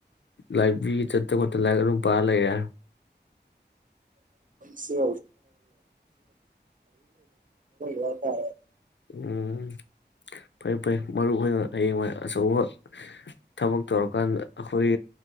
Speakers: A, on the left (about 80°); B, on the right (about 45°).
A: ꯂꯥꯏꯄꯤ ꯆꯠꯇ ꯈꯣꯠꯇꯅ ꯂꯥꯏ ꯑꯗꯨꯝ ꯄꯥꯔ ꯂꯩꯦ
B: ꯁꯤꯁꯤ ꯂ ꯇ
A: ꯎꯝ ꯐꯩ ꯐꯩ ꯃꯔꯨ ꯑꯣꯏꯅ ꯍꯌꯦꯡꯋꯥ ꯑꯆꯧꯕ ꯊꯕꯛ ꯇꯧꯔꯀꯥꯟꯗ ꯑꯩꯈꯣꯏ